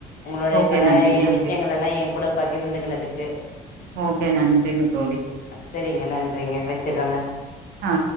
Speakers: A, on the left; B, on the right.
A: உங்களுடைய
B: ஓகே
A: பழைய
B: நன்றி நன்றி
A: விஷயங்கள் எல்லாம் என் கூட பகிர்ந்துகனதுக்கு
B: ஓகே நன்றிங்க தோழி
A: சரிங்க நன்றிங்க வச்சறேங்க
B: ஆ